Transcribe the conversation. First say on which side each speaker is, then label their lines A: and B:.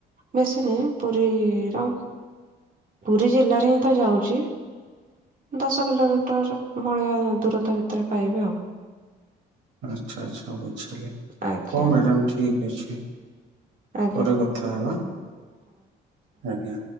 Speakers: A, on the right; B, on the right.
A: ବେଶୀ ନାଇଁ ପୁରୀର ପୁରୀ ଜିଲ୍ଲାରେ ହିଁ ତ ଯାଉଚି। ଦଶ କିଲୋମିଟର ଭଳିଆ ଦୂରତା ଭିତରେ ପାଇବେ ଆଉ।
B: ଆଚ୍ଛା ଆଚ୍ଛା ବୁଝିଲି ହୋଊ
A: ଆଜ୍ଞା
B: ମ୍ୟାଡାମ ଠିକ ଅଛି।
A: ଆଜ୍ଞା
B: ପରେ କଥା ହବା ଆଜ୍ଞା।